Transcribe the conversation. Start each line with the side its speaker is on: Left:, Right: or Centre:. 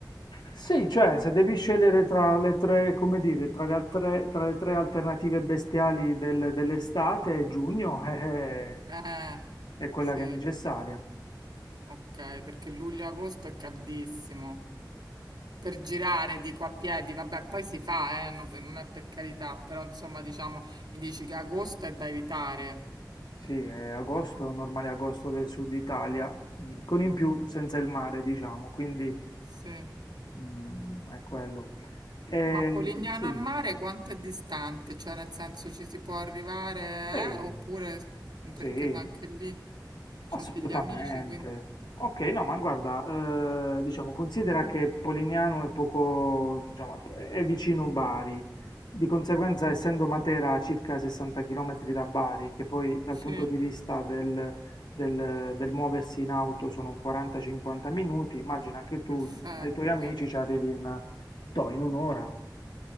Left: Sì, cioè, se devi scegliere tra le tre, come dire, tra le altre, tra le tre alternative bestiali del- dell'estate, giugno <laughs> eh,
Right: Eh,
Left: eh, è quella
Right: sì,
Left: che è necessaria.
Right: ok, perché luglio-agosto e agosto è caldissimo. per girare, dico a piedi, vabbè, poi si fa, eh, no- per- non è per carità, però insomma, diciamo, mi dici che agosto è da evitare.
Left: Sì, è agosto, normale agosto del sud Italia, mm, con in più senza il mare, diciamo, quindi
Right: Sì.
Left: mm, è quello. Eh,
Right: Ma Polignano
Left: sì,
Right: a mare quanto è distante? Cioè, nel senso ci si può arrivare,
Left: sì,
Right: eh? Oppure
Left: sì,
Right: perché ma anche lì
Left: Assolutamente.
Right: ho degli amici, quindi
Left: Okay, no, ma guarda, ehm, diciamo considera che Polignano è poco diciamo è è vicino Bari, di conseguenza essendo Matera a circa 60 chilometri da Bari, che poi dal
Right: sì,
Left: punto di vista del del del muoversi in auto sono 40, 50 minuti, immagina che tu
Right: perfetto.
Left: ai tuoi amici ci arrivi in
Right: Sì.
Left: toh, in 1 ora.